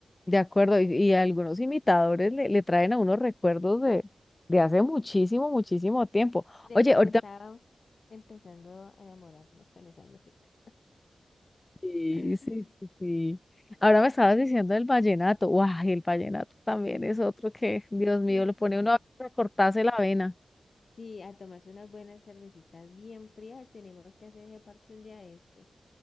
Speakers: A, on the left; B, on the left.
A: de acuerdo. Y, y algunos imitadores le, le traen a unos recuerdos de, de hace muchísimo, muchísimo
B: Mm.
A: tiempo.
B: De
A: Oye,
B: cuando
A: ahorita,
B: estábamos empezando a enamorarnos con esa música.
A: sí,
B: <laughs>
A: sí, sí. sí. Ahora me estabas diciendo el vallenato. ¡Guau! El vallenato también es otro que, Dios mío,
B: Mm.
A: lo pone uno a a cortarse la vena.
B: Sí, a tomarse unas buenas cervecitas bien frías. Tenemos que hacer ese parche un día de estos.